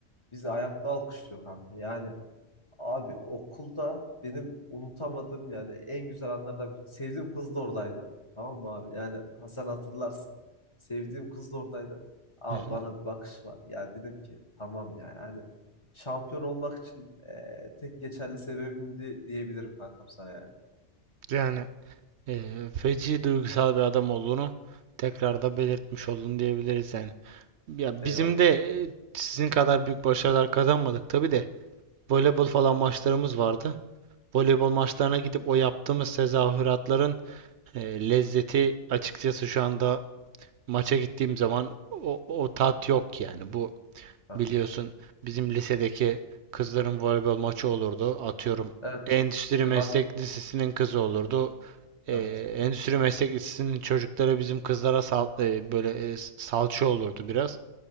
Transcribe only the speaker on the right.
hı hı.
Yani eee, feci duygusal bir adam olduğunu tekrar da belirtmiş oldun diyebiliriz yani. Ya
bizim de eee, sizin kadar büyük başarılar kazanmadık tabii de voleybol falan maçlarımız vardı. voleybol maçlarına gidip o yaptığımız tezahüratların e, lezzeti açıkçası şu anda maça gittiğim zaman o, o tat yok yani. Bu
biliyorsun bizim lisedeki kızların voleybol maçı olurdu. Atıyorum
Endüstri
Meslek
Lisesi'nin kızı olurdu. E,
Endüstri Meslek Lisesi'nin çocukları bizim kızlara sal, e, böyle e, salça olurdu biraz.